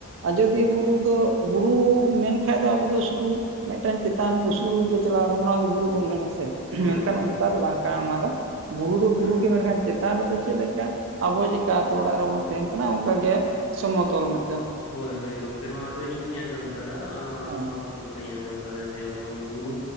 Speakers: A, on the right; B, on the left.
A: ᱟᱡᱚᱫᱤᱭᱟᱹ ᱵᱩᱨᱩ ᱫᱚ ᱵᱩᱨᱩ ᱢᱮᱱᱠᱷᱟᱡ ᱫᱚ ᱟᱵᱚ ᱫᱚ ᱥᱩᱫᱩ ᱢᱮᱫᱴᱟᱝ ᱪᱮᱛᱟᱱ ᱩᱥᱩᱞ ᱜᱮ ᱪᱟᱞᱟᱣ ᱚᱱᱱᱟ ᱜᱮ ᱵᱩᱨᱩ ᱵᱚᱱ ᱢᱮᱱᱟ ᱥᱮ ᱾
B: ᱦᱳᱭ
A: ᱢᱮᱱᱠᱷᱟᱱ
B: ᱦᱳᱭ
A: ᱚᱱᱠᱟ ᱫᱚ ᱵᱟᱝ ᱠᱟᱱᱟ ᱚᱱᱟ ᱫᱚ ᱵᱩᱨᱩ ᱫᱚ ᱵᱩᱨᱩ
B: ᱦᱩᱸ
A: ᱜᱮ ᱢᱮᱱᱠᱷᱟᱱ ᱪᱮᱛᱟᱱ ᱨᱮᱫᱚ ᱪᱮᱫ ᱞᱮᱠᱟ ᱟᱵᱚ ᱡᱮ ᱠᱟ ᱟᱛᱳ ᱚᱲᱟᱜ ᱨᱮᱵᱚᱱ ᱛᱟᱦᱮᱱ ᱠᱟᱱᱟ ᱚᱝᱠᱟ ᱜᱮ ᱥᱚᱢᱚᱛᱚᱞ ᱢᱮ
B: ᱦᱳᱭ ᱦᱳᱭ ᱜᱚᱝᱠᱮ ᱱᱚᱣᱟ ᱫᱚ ᱤᱧ ᱦᱚᱸᱧ ᱟᱸᱡᱚᱢ ᱟᱠᱟᱫᱟ ᱟᱸᱻ
A: ᱦᱮᱸ
B: ᱦᱚᱲ ᱴᱷᱮᱱ ᱠᱷᱚᱱᱤᱧ ᱟᱸᱡᱚᱢ ᱟᱠᱟᱫᱟ, ᱡᱮ ᱢᱚᱱ ᱵᱩᱨᱩ